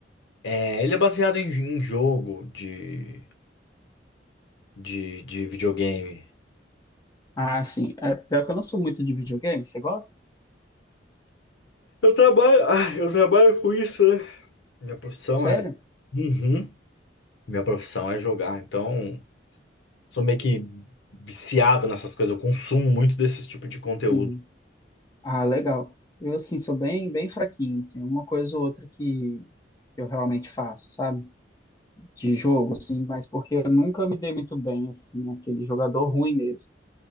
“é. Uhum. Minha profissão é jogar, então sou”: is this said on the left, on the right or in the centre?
Left